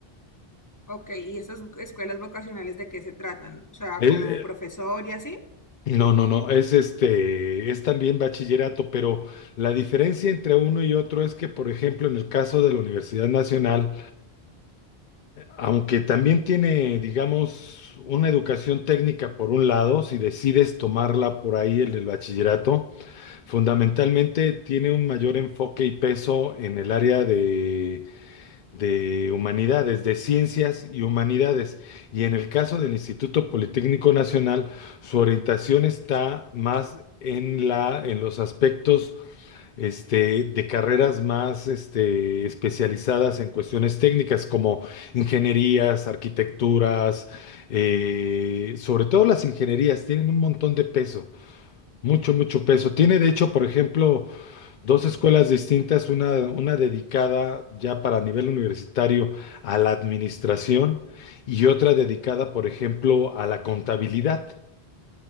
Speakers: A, on the left; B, on the left.
A: Ok, ¿y esas escuelas vocacionales de qué se tratan? O sea,
B: Eh,
A: como
B: eh,
A: profesor y así.
B: No, no, no, es este, es también bachillerato, pero la diferencia entre uno y otro es que, por ejemplo, en el caso de la Universidad Nacional, aunque también tiene, digamos, una educación técnica por un lado, si decides tomarla por ahí, el del bachillerato, fundamentalmente tiene un mayor enfoque y peso en el área de de humanidades, de ciencias y humanidades. Y en el caso del Instituto Politécnico Nacional, su orientación está más en la, en los aspectos este, de carreras más este, especializadas en cuestiones técnicas como ingenierías, arquitecturas, eh, sobre todo las ingenierías tienen un montón de peso, mucho, mucho peso. Tiene de hecho, por ejemplo, Dos escuelas
A: Ah,
B: distintas, una, una dedicada ya para nivel universitario a la administración y otra dedicada, por ejemplo, a la contabilidad,